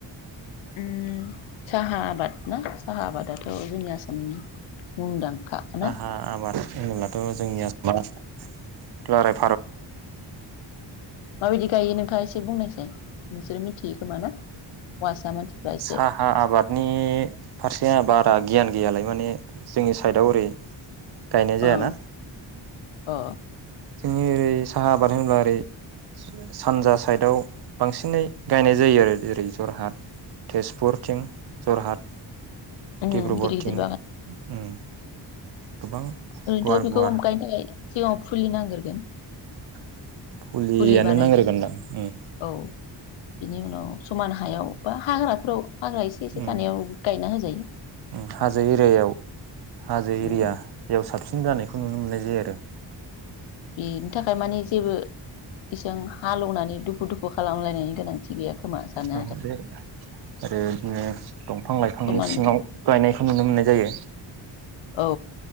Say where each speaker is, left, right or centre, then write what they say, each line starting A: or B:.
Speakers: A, on the left; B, on the right.
A: उम साहा आबाद ना साहा आबादाथ' जोंनि आसामनि मुंदांखा
B: साहा
A: ना
B: आबाद होनोब्लाथ जोंनि आसामा क्लारेप
A: माबायदि गायो नोंथाङा एसे एसे बुंनायसै नोंसोरो मिथियो खोमा ना हौवासा मानसिफ्रा एसे
B: साहा आबादनि फारसे आबाद दा गियान गैयालाय माने जोंनि साइडआव ओरै गायनाय जायाना?
A: अ अ
B: जोंनि ओरै साहा आबाद होनोब्ला ओरै सानजा साइदआव बांसिनै गायनाय जायो आरो ओरै जरहाट तेजपुर थिं जरहात
A: उम
B: डिब्रुगरथिं
A: गिदिर गिदिर
B: उम। गोबां
A: ओरैथ
B: गुवार
A: बिखौ
B: गुवार
A: अमखायनो थाखाय सिगाङाव फुलि नांग्रोगोन
B: <inaudible> फुलियानो
A: फुलि बानायग्रोना
B: नांग्रोगोनदां उम
A: औ बिनि उनाव समान हायाव बा हाग्राफोराव हाग्रा एसे एसे
B: उम
A: थानायाव गायना हो हो जायो
B: उम हाजो एरियायाव हाजो
A: उम
B: एरियायाव साबसिन जानायखौ नुनो मोननाय जायो आरो
A: बेनि थाखाय माने जेबो इसां हालेवनानै दु फु दुखु खालामायनायनि गोनांथि गैया खोमा सानो
B: आरो बिदिनो दंफां लाइफांनि
A: समान
B: सिङाव गायनायखौ नुनो मोननाय जायो
A: औ